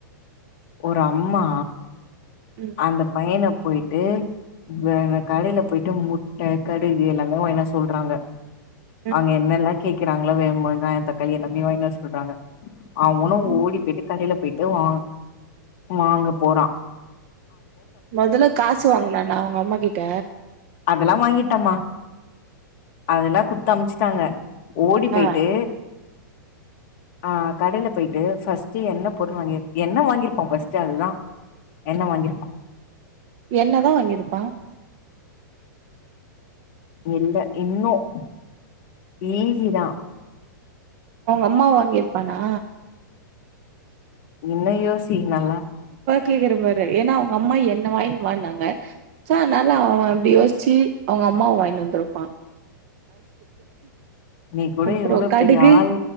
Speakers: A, on the left; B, on the right.
A: ஒரு அம்மா
B: ம்
A: அந்த பையன போயிட் டு இப்ப அந்த கடையில போயிட்டு முட்டை கடுகு எல்லாமே எவன் என்ன சொல்றாங்க
B: ம்
A: அங்க என்னல்லாம் கேக்கிறாங்களா வேகமா வெங்காயம் தக்காளி எல்லாமே என்னைய வாய்ன்ட்டு வர சொல்றாங்க அவனும்
B: ம்
A: ஓடி போயிட்டு கடையில போயிட்டு இதோ வாங் வாங்க போறான்
B: முதல்ல காசு வாங்குனானா அவுங்க அம்மா கி ட்ட
A: அதெல்லாம் வாங்கிட்டான்மா அதெல்லாம் குத்து அமுச்சிட்டாங்க ஓடி போயிட்டு
B: ஆ
A: அஹ் கடையில போயிட்டு ஃபர்ஸ்ட்டு என்ன பொருள் வாங்கி என்ன வாங்கிருப்பான் ஃபர்ஸ்ட்டு அதுதான் எண்ண வாங்கிருப்பான்
B: என்னதான் வாங்கிருப்பான்
A: இல்லை இன்னும் ஈசிதான்
B: உங்க அம்மாவை வாங்கியிருப்பானா
A: என்ன யோசி தீ நல்லா
B: கேக்குறே பாரு ஏன்னா அவுங்க அம்மா என்ன வாய்ன்ட்டு வான்னாங்க சோ அதனால அவன் இப்டி யோச்சு அவுங்க அம்மாவ வாய்ன்டு வந்துருப்பா
A: நீ கூட
B: அப்றோ
A: எவ்ளோ
B: கடுகு
A: பெரிய ஆள்